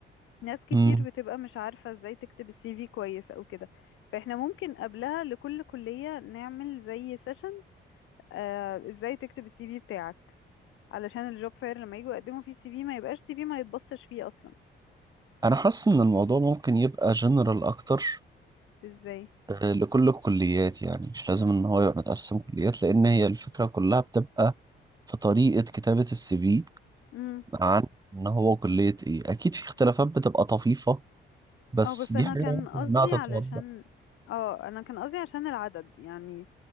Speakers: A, on the left (about 85°); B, on the right (about 20°).
A: ناس كتير
B: مم.
A: بتبقى مش عارفة ازاي تكتب السي في كويس او كده فاحنا ممكن قبلها لكل كلية نعمل زي سيشن آه ازاي تكتب السي في بتاعك علشان الجوب فاير لما يجوا يقدموا فيه السي في ما يبقاش سي في ما يتبصش فيه اصلا
B: أنا حاسس إن الموضوع ممكن يبقى جنرال أكتر
A: ازاي
B: آه، لكل الكليات يعني مش لازم إن هو يبقى متقسم كليات لأن هي الفكرة كلها بتبقى في طريقة كتابة السي في
A: امم
B: عن ان هو كلية ايه اكيد في اختلافات بتبقى طفيفة بس
A: اه بس
B: دي
A: انا
B: حاجة
A: كان
B: ممكن
A: قصدي
B: انها تتوضح
A: علشان اه انا كان قصدي عشان العدد يعني